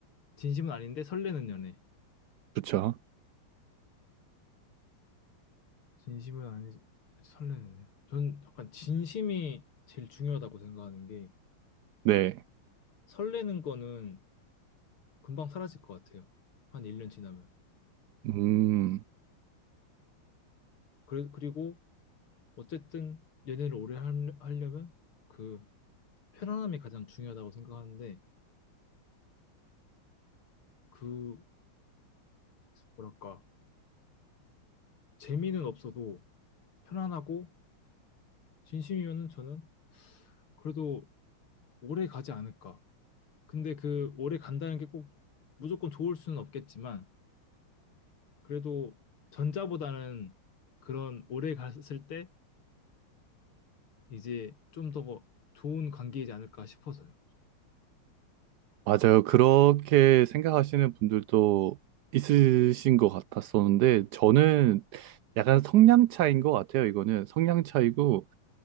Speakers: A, on the left (about 85°); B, on the right (about 75°).
A: 진심은 아닌데 설레는 연애.
B: 그쵸.
A: 진심은 아니, 설레네요. 전 약간 진심이 제일 중요하다고 생각하는 게
B: 네.
A: 설레는 거는 금방 사라질 것 같아요. 한 1년 지나면.
B: 음.
A: 그래, 그리고 어쨌든 연애를 오래 할- 하려면 그 편안함이 가장 중요하다고 생각하는데 그 뭐랄까 재미는 없어도 편안하고 진심이면은 저는 그래도 오래 가지 않을까. 근데 그 오래 간다는 게 꼭 무조건 좋을 수는 없겠지만 그래도 전자보다는 그런 오래 갔을 때 이제 좀 더 좋은 관계이지 않을까 싶어서요.
B: 맞아요. 그렇게 생각하시는 분들도 있으신 것 같았었는데, 저는 약간 성향 차이인 것 같아요. 이거는 성향 차이고,